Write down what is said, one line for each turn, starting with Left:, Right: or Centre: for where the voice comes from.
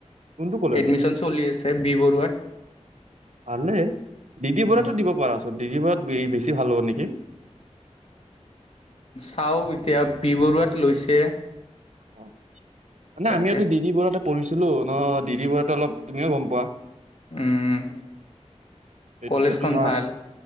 Right: কোনটো কলেজত
Left: এডমিশন চলি আছে বি বৰুৱাত।
Right: ভালে, দিদিবতো
Left: উম
Right: দিব পাৰা চ। ডিজিবাত বেছি ভাল হ'ব নেকি?
Left: চাও এতিয়া বি বৰুৱাত লৈছে।
Right: অ' মানে
Left: তাতে
Right: আমিওো দৰি বোৰতে পঢ়িছিলো ন দি ব অলপ তুমিও গম পোৱা।
Left: উম।
Right: সেইটোয়ে
Left: কলেজখন
Right: তোমাৰ,
Left: ভাল